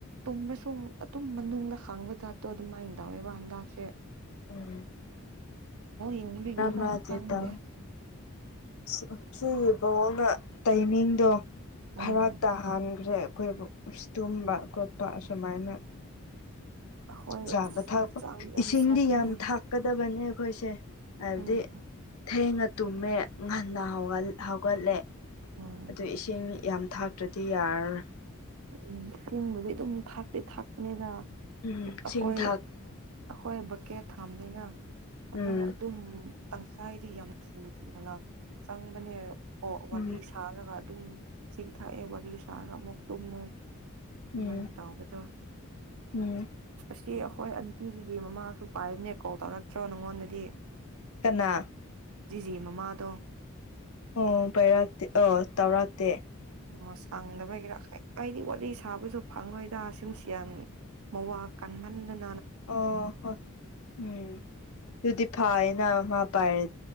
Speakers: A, on the right; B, on the left.
A: ꯇꯨꯝꯅꯁꯨ ꯑꯗꯨꯝ ꯃꯅꯨꯡꯗ ꯈꯥꯡꯕ ꯖꯥꯠꯇꯣ ꯑꯗꯨꯝꯃꯥꯏꯅ ꯇꯎꯋꯦꯕ ꯍꯟꯗꯁꯦ
B: ꯎꯝ
A: ꯌꯦꯡꯕꯒꯤꯔ
B: ꯔꯝ ꯔꯖꯤꯦ
A: ꯈꯪꯗꯦ
B: ꯇ ꯁꯤꯒꯤ ꯕꯑꯣꯡꯅ ꯇꯥꯏꯃꯤꯡꯗꯣ
A: ꯎꯝ
B: ꯐꯔꯥꯛ ꯇꯥꯍꯟꯈ꯭ꯔꯦ ꯑꯩꯈꯣꯏꯕꯨ ꯇꯨꯝꯕ ꯈꯣꯠꯄ ꯑ ꯁꯁꯨꯃꯥꯏꯅ
A: ꯑꯩꯈꯣꯏ
B: ꯆꯥꯕ
A: ꯑꯁ
B: ꯊꯥꯛꯄ
A: ꯍꯛꯆꯥꯡ ꯌꯥꯝ
B: ꯏꯁꯤꯡꯗꯤ
A: ꯁꯣꯛꯀꯅꯤ
B: ꯌꯥꯝ ꯊꯥꯛꯀꯗꯕꯅꯦ ꯑꯩꯈꯣꯏꯁꯦ ꯍꯥꯏꯕꯗꯤ
A: ꯎꯝ
B: ꯊꯦꯡꯅ ꯇꯨꯝꯃꯦ ꯉꯟꯅ ꯍꯧꯒꯠꯂꯦ
A: ꯎꯝ
B: ꯑꯗꯨ ꯏꯁꯤꯡ ꯌꯥꯝ ꯊꯥꯛꯇ꯭ꯔꯗꯤ ꯌꯥꯔ
A: ꯎꯝ ꯁꯤꯤꯡꯕꯨꯗꯤ ꯑꯗꯨꯝ ꯊꯥꯛꯇꯤ ꯊꯥꯛꯄꯅꯤꯅ
B: ꯎꯝ ꯏꯁꯤꯡ
A: ꯑꯩꯈꯣꯏ
B: ꯊꯥꯛ
A: ꯑꯩꯈꯣꯏ ꯕꯀꯦꯠ ꯐꯝꯅꯤꯅ ꯑꯗꯣ
B: ꯎꯝ
A: ꯑꯗꯨꯝ ꯇꯪꯈꯥꯏꯗꯤ ꯌꯥꯝ ꯊꯨ ꯊꯨꯅ ꯆꯪꯕꯅꯦ ꯑꯣ ꯋꯥꯔꯤ
B: ꯎꯝ
A: ꯁꯥꯔꯒ ꯇꯨꯝ ꯆꯤꯡ ꯊꯥꯛꯑꯦ ꯋꯥꯔꯤ ꯁꯥꯔꯒ ꯑꯃꯨꯛ ꯇꯨꯝꯃꯦꯣꯏ ꯏꯃꯥꯟ
B: ꯎꯝ
A: ꯇꯕꯗ꯭ꯔꯣ
B: ꯎꯝ
A: ꯑ ꯁꯤ ꯑꯩꯈꯣꯏ ꯑꯟꯇꯤꯁꯤꯗꯤ ꯃꯃꯥꯁꯨ ꯄꯥꯏꯕꯅꯦ ꯀꯣꯜ ꯇꯧꯔꯛꯇ꯭ꯔꯣ ꯅꯪꯉꯣꯟꯗꯗꯤ
B: ꯀꯅꯥ
A: ꯖꯤꯖꯤ ꯃꯃꯥꯗꯣ
B: ꯑꯣ ꯄꯩꯔꯛꯇꯦ ꯑ ꯇꯧꯔꯛꯇꯦ
A: ꯑꯣ ꯁꯥꯡꯗꯕꯒꯦꯔꯥ ꯀꯗꯤ ꯋꯥꯔꯤꯠꯂꯤ ꯁꯥꯕꯁꯨ ꯐꯪꯉꯣꯏꯗ ꯁꯨꯝ ꯁꯤ ꯌꯥꯝꯅꯤ ꯃꯧꯋꯥ ꯀꯥꯡꯃꯟꯗꯅ
B: ꯑꯣ ꯍ ꯎꯝ ꯇꯗꯤ ꯐꯦꯅ ꯃꯥ ꯄꯥꯏꯦ